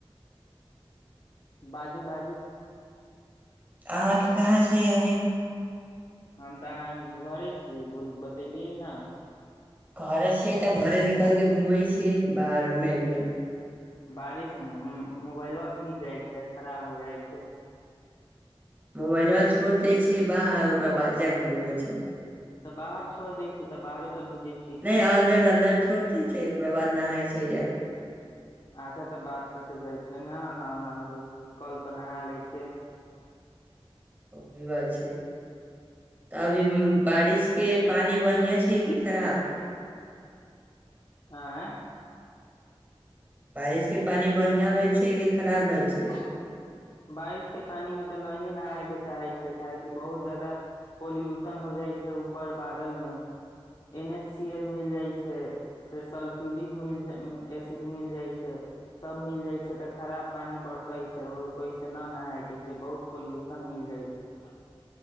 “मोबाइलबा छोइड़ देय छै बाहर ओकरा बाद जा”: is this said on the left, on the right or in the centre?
Right